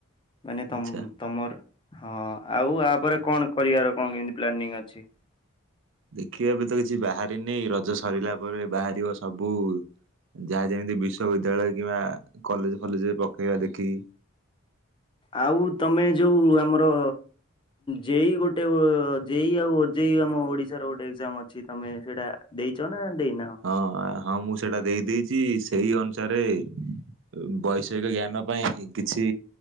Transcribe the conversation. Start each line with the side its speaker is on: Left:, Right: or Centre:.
Left: ମାନେ ତ
Right: ଆଚ୍ଛା।
Left: ତମର ହଁ ଆଉ ତାପରେ କଣ କରିବାର କଣ କେମତି ପ୍ଲାନିଂ ଅଛି?
Right: ଦେଖିବା ଏବେ ତ କିଛି ବାହାରିନି ରଜ ସରିଲା ପରେ ବାହାରିବ ସବୁ ଯାହା ଯେମିତି ବିଶ୍ବିଦ୍ୟାଳୟ କିମ୍ବା କଲେଜେ ଫଲେଜେ ରେ ପକେଇବା ଦେଖି।
Left: ଆଉ ତମେ ଯୋଉ ଆମର ଯେଇ ଗୋଟେ ଯେଇ ଆଉ ଅ ଓଜେଇ ଆମ ଓଡିଶାର ଗୋଟେ ଏକ୍ଜାମ ଅଛି ତମେ ସେଇଟା ଦେଇଚ ନା ଦେଇନାହଁ?
Right: ହଁ ହଁ ମୁଁ ସେଇଟା ଦେଇ ଦେଇଚି ସେଇ ଅନୁସାରେ ଏ ବୈଷୟିକ ଜ୍ଞାନ ପାଇଁ କିଛି